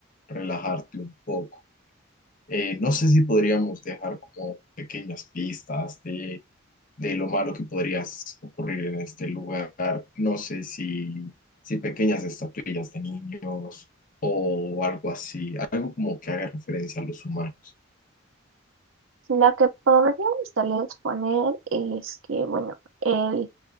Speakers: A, on the left; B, on the right.
A: relajarte un poco. Eh, no sé si podríamos dejar como pequeñas pistas de, de lo malo que podría ocurrir en este lugar. No sé si, si pequeñas estatuillas de niños o algo así, algo como que haga referencia a los humanos.
B: Lo que podríamos tal vez poner es que, bueno, el